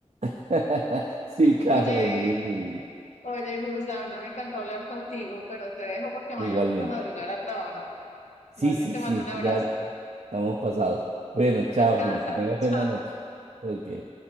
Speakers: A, on the right; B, on the left.
A: <laughs> Sí, claro,
B: Oye,
A: la envidia es de mil.
B: oye, Gus, la verdad me encantó hablar contigo, pero te dejo porque mañana
A: Igualmente.
B: tengo que madrugar a trabajar.
A: Sí,
B: Vale,
A: sí,
B: te
A: sí,
B: mando un abrazo.
A: ya estamos pasados. Bueno, chao,
B: Descansa.
A: Juli, que tengas buena
B: <laughs> Chao.
A: noche. Ok.